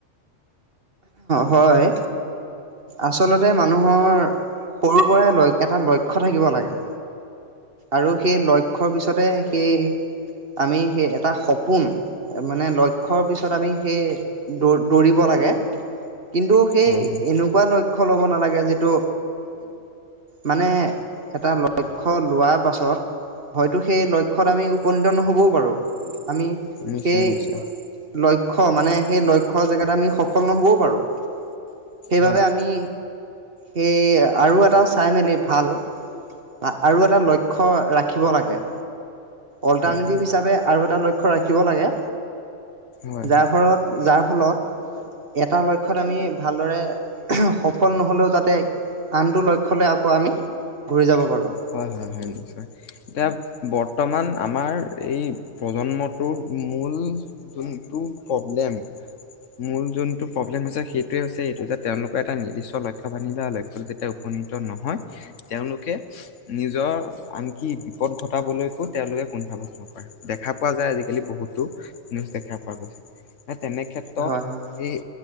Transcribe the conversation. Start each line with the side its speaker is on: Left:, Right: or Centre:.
Right: হয় আচলতে মানুহৰ সৰু পৰাই ল এটা লক্ষ লক্ষ্য থাকিব লাগে আৰু সেই লক্ষ্য়ৰ পিছতে সেই আমি সেই এটা সপোন মানে লক্ষ্য়ৰ পিছত আমি সেই দৌ দৌৰিব লাগে কিন্তু সেই
Left: হয় হয়
Right: এনেকুৱা লক্ষ্য় ল'ব নালাগে যিটো মানে এটা লক্ষ্্য লোৱাৰ সাত হয়তো সেই লক্ষ্যত আমি উপনীত নহ'বও পাৰোঁ আমি
Left: নিশ্চয়
Right: সেই
Left: নিশ্চয়
Right: লক্ষ্য মানে সেই লক্ষ্য জেগাত আমি সফল নহ'বও পাৰোঁ সেইবাবে
Left: হয়
Right: আমি সেই আৰু এটা চাই মেলি ভাল বা আৰু এটা লক্ষ্য ৰাখিব লাগে অল্টাৰনেটিভ
Left: হয় হয়
Right: হিচাপে আৰু এটা লক্ষ্য ৰাখিব লাগে
Left: হয়
Right: যাৰ
Left: হয়।
Right: ফলত যাৰ ফলত এটা লক্ষ্য়ত আমি ভালদৰে সফল নহলেও যাতে আনটো লক্ষ্যলে আকৌ আমি ঘূৰি যাব পাৰো
Left: হয় হয় হয় নিশ্চয় এতিয়া বৰ্তমান আমাৰ এই প্ৰজন্মটোৰ মূল যোনটো প্ৰব্লেম মূল যোনটো প্ৰব্লেম হৈছে সেই হৈছে এইটো যে তেওঁলোকে ান দি চল খ পানি লাাগে <unintelligible> যেতিয়া উপনীত নহয় তেওঁলোকে নিজৰ আনকি ন ঘটাবলৈকো তেওঁলোকে দেখা পোৱা যায় আজিকালি বহুতো নিউজ দেখা পোৱা গৈছে তেনেক্ষেত্ৰত
Right: হয় হয়
Left: এই